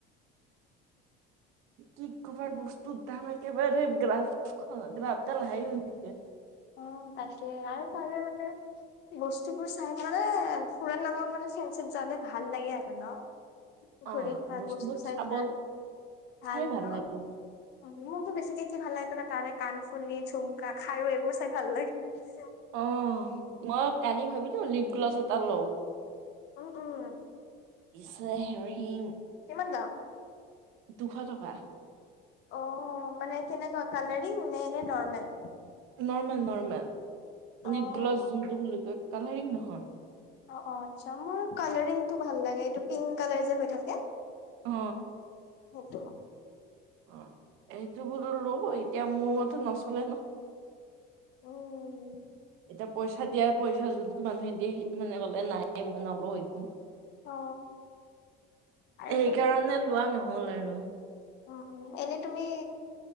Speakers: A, on the right; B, on the left.
A: কি কবাৰ বস্তুৰ দাম একেবাৰে গ্ৰাফ গ্ৰাফডাল হাই হৈ দিছে।
B: অ, তাকে আৰু ত মানে বস্তুবোৰ চাইদ মানে ফুৰান নামত মানে চ ভাল লাগে আৰু ন ঘূৰি
A: অ
B: থাক
A: বস্তুবোৰ
B: বস্তু চাই
A: চাব
B: থাক। ভাল
A: চাই
B: ন
A: লাগে
B: অ মোৰতো বেছিকে কি ভাল লাগে তাৰে কান। পুলি ঝুমকা খাৰু এইবোৰ চাই ভাল লাগে।
A: অ মই কালি ভাবিলো লিপ গ্ল'ভছ এটা লওঁ,
B: উম উম
A: চে হেৰি হিম,
B: কিমান দাম,
A: দুশ টকা,
B: অ মানে কেনেকুৱা কালাৰিং নে এনে নৰমেল।
A: নৰ্মেল নৰ্মেল
B: অ',
A: লিপ গ্লভ যোনটো বুলি কয় কালাৰিং নহয়।
B: অ অ মোৰ কালাৰিং টো ভাল লাগে এইটো পিংক কালাৰ যে হৈ থাকে।
A: অ,
B: সেইটো।
A: অ এই ইটো বোলো ল এতিয়া মোৰ মতে নচলে ন।
B: উম
A: এতিয়া, পইচা দিয়াৰ পইচা যোনটো মানুহে দিয়ে সেইটো মানুহে কলে নাই মই নলো এইটো।
B: অ আৰু
A: সেইকাৰণে লোৱা নহল আৰু
B: অ' অ' এনেই তুমি